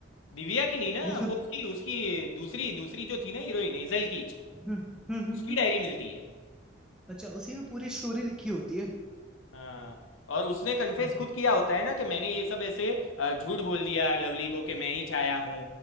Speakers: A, on the left (about 85°); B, in the centre.
A: दिव्या की नहीं ना
B: जिसमें
A: वो उसकी उसकी दूसरी दूसरी जो थी ना हीरोइन हेजल कीच
B: हम्म हम्म हम्म
A: उसकी
B: हम्म,
A: डायरी मिलती है
B: अच्छा उसी में पूरी स्टोरी लिखी होती है
A: हाँ और उसने कन्फेस
B: हम्म
A: खुद किया होता है ना कि मैंने ये सब ऐसे अ, झूठ बोल दिया लवली को कि मैं ही छाया हूँ